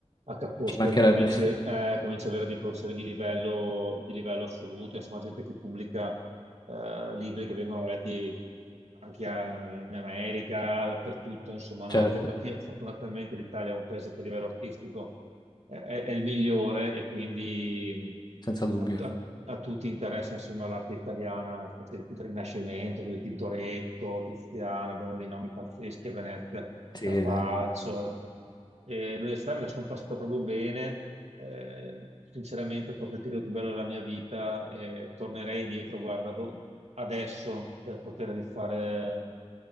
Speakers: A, on the right; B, on the left.
A: a Ca' Foscari
B: ci mancherebbe,
A: cominci,
B: <laughs>
A: eh, cominci ad avere dei professori di livello, di livello assoluto, insomma gente che pubblica eh, libri che vengono letti anche a- in America, dappertutto, insomma, no?
B: certo,
A: Anche perché fortunatamente l'Italia è un paese che a livello artistico è, è- è il migliore e quindi...
B: senza dubbio.
A: A, a- a tutti interessa insomma l'arte italiana, specie del Rinascimento, del Tintoretto, Tiziano, abbiamo dei nomi pazzeschi a Venezia,
B: Sì,
A: Carpaccio.
B: sì.
A: E l'università me la sono passata proprio bene, eh, sinceramente forse il periodo più bello della mia vita, e tornerei indietro, guarda, do- adesso per poter rifare